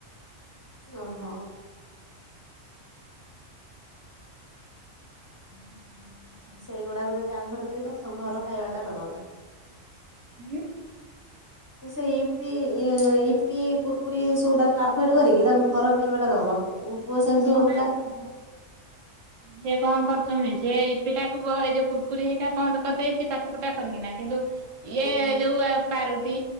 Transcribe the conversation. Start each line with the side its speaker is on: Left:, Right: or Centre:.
Left: ଓହୋ।
Right: <inaudible>
Left: ସେଇଗୁଡାକୁ ଯତେ ଆଭୋଏଡ କରି ତାକୁ ଖା ଘର ଖାଇବାଟା ଦବା ଦର
Right: ମୁଁ
Left: ଏ ସେଇ ଇପି ଏ ଇପି କୁୁରୁକୁରି ଏଇ ସବୁ ତାକୁ ଆଭୋଏଡ କରିକି ତାକୁ ଘର ଖାଇବାଟା ଦବ। ମୋ ପୁଅ ସେମତି
Right: ହଁ
Left: ହୋଉଥୁଲା
Right: ପା ସେ ବ ସେ କଣ କରୁଚନ୍ତି ସେ ଏଇ ଇପିଟାକୁ ବ ଏ ଯୋଉ କୁର ପୁରୀ ହେଇକା ବନ୍ଦ କରିଦେଇଚି ପାଟି ପୁଟା କରିକିନା କିନ୍ତୁ ଇଏ
Left: ହୁଁ
Right: ଯୋଉ ପାରୁଟି,